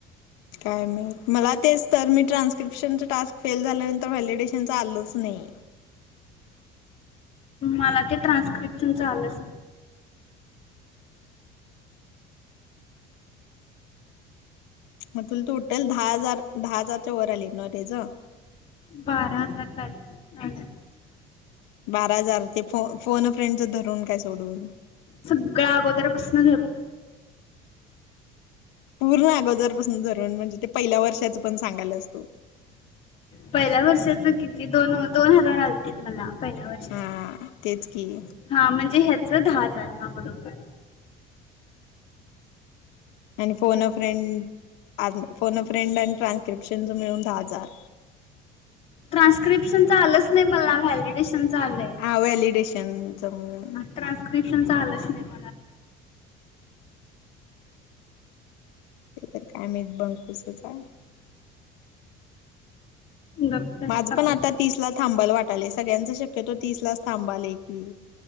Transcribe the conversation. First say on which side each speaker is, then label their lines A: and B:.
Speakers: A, on the left; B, on the left.
A: काय माहित, मला तेच तर, मी ट्रान्स्क्रिप्शनच टास्क फेल झाल्यानंतर तर व्हॅलिडेशनच आलंच नाही.
B: मला ते ट्रान्स्क्रिप्शन चा आलंच.
A: मग तुला टोटल, दहा हजार, दहा हजारच्या वर आलेत ना तेज?
B: बारा हजार काय. आलं
A: बारा हजार, ते फो-फोन फ्रेंडच धरून काय सोडून.
B: सगळं अगोदर पासून धरून.
A: पूर्ण अगोदरपासून धरून, म्हणजे ते पहिल्या वर्षाच पण सांगायल्यास तू.
B: पहिल्या वर्षाच किती, दोन-दोन हजार आलतीत मला, पहिल्या वर्ष. अशाच
A: हा तेच की.
B: हा! म्हणजे ह्याच दहा हजार, हा! बरोबर.
A: आणि फोनफ्रेंड, आ फोनफ्रेंड आणि ट्रान्स्क्रिप्शन मिळून दहा हजार.
B: ट्रान्स्क्रिप्शनच आलंच नाही मला, व्हॅलिडेशनच आलंय.
A: हा व्हॅलिडेशन च म
B: ट्रान्स्क्रिप्शनच आलच नाही म
A: ते तर काय माहित बंकूसच हाय.
B: गप्प बस
A: माझं
B: आपस
A: पण आता तीस ला थांबाल वाटालंय, सगळ्यांच शक्यतो तीस लाच थांबालय की.